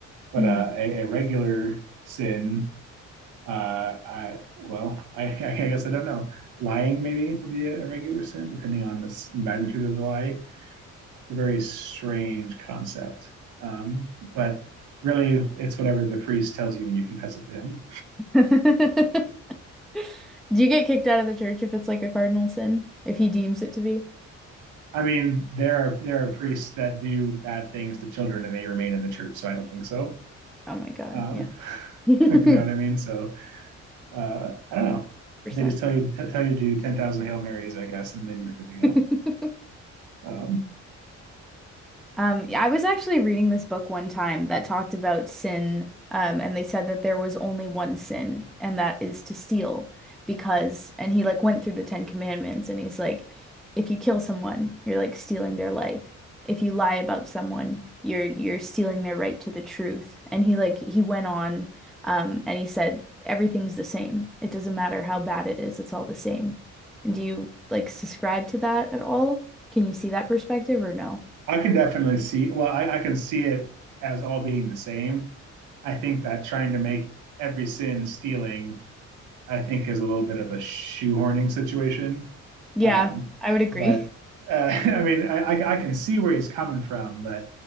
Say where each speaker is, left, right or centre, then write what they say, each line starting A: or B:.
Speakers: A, on the right; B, in the centre.
A: but
B: Hmm.
A: uh, a, a regular sin uh, I well, I, <laughs> I guess I don't know. Lying maybe would be a, regular sin, depending on the magnitude of the lie. It's a very strange concept, um, but really, it's whatever the priest tells you when you confess it to him.
B: <laughs> Do you get kicked out of the church if it's like a cardinal sin? If he deems it to be?
A: I mean, there are there are priests that do bad things to children and they remain in the church, so I don't think so.
B: Oh my God,
A: Um,
B: yeah. <laughs> one
A: <laughs>
B: hundred
A: you know what I mean? So uh, I don't know.
B: Percent.
A: They just tell you t- tell you to do ten thousand Hail Marys, I guess, and then you're good to go.
B: <laughs>
A: Um,
B: Um, yeah, I was actually reading this book one time that talked about sin, um, and they said that there was only one sin, and that is to steal, because, and he like went through the Ten Commandments, and he's like, if you kill someone, you're like stealing their life. If you lie about someone, you're you're stealing their right to the truth. And he like he went on, um, and he said everything's the same. It doesn't matter how bad it is, it's all the same. And do you like subscribe to that at all? Can you see that perspective or no?
A: I can definitely see. Well, I, I can see it as all being the same. I think that trying to make every sin stealing, I think, is a little bit of a shoehorning situation.
B: Yeah,
A: Um,
B: I would agree.
A: but
B: <laughs>
A: uh, <laughs> I mean, I, I, I can see where he's coming from, but